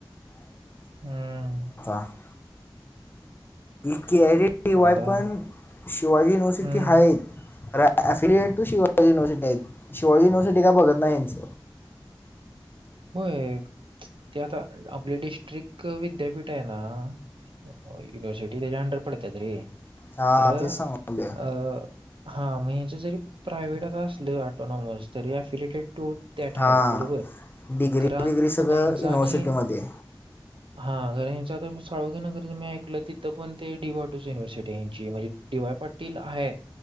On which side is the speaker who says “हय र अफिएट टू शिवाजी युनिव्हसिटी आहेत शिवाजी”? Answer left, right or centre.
Left